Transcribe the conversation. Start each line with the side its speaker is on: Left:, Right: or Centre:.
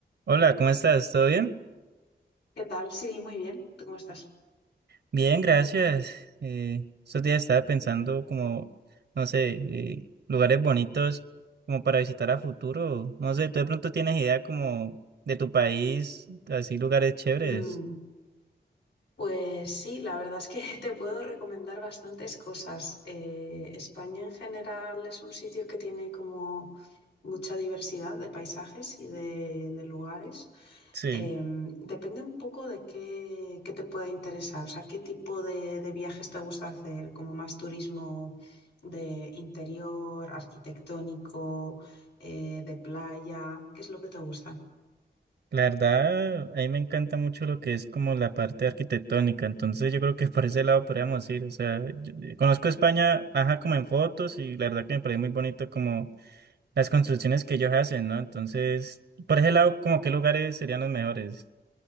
Right: Hola, ¿cómo estás? ¿Todo bien?
Left: ¿Qué tal? Sí, muy bien. ¿Tú cómo estás?
Right: Bien, gracias. Eh, estos días estaba pensando como, no sé, eh, lugares bonitos como para visitar a futuro. No sé, ¿tú de pronto tienes idea como de tu país, así lugares chéveres?
Left: Mm, pues sí, la verdad es que <laughs> te puedo recomendar bastantes cosas. Eh, España en general es un sitio que tiene como mucha diversidad de paisajes y de, de lugares.
Right: Sí,
Left: Em, depende un poco de qué, qué te pueda interesar, o sea, qué tipo de, de viajes te gusta hacer, como más turismo de interior, arquitectónico, eh, de playa, ¿qué es lo que te gusta?
Right: la verdad, a mí me encanta mucho lo que es como la parte arquitectónica, entonces yo creo que <laughs> por ese lado podríamos ir. O sea, yo- eh, conozco España, ajá, como en fotos y la verdad que me parece muy bonito como las construcciones que ellos hacen, ¿no? Entonces, por ese lado, como qué lugares serían los mejores.